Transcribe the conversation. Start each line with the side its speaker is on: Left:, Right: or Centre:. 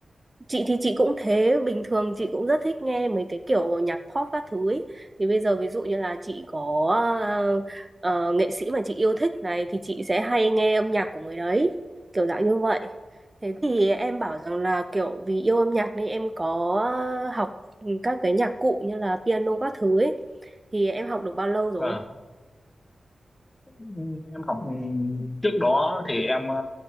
Right: chị thì chị cũng thế, bình thường chị cũng rất thích nghe mấy cái kiểu nhạc pop các thứ ấy. Thì bây giờ ví dụ như là chị có ờ, ờ, nghệ sĩ mà chị yêu thích này thì chị sẽ hay nghe âm nhạc của người đấy, kiểu dạng như vậy. Thế thì em bảo rằng là kiểu vì yêu âm nhạc nên em có học các cái nhạc cụ như là piano các thứ ấy. Thì em học được bao lâu rồi?
Left: Vâng, Ừm, em học ừm, trước đó thì em ờ,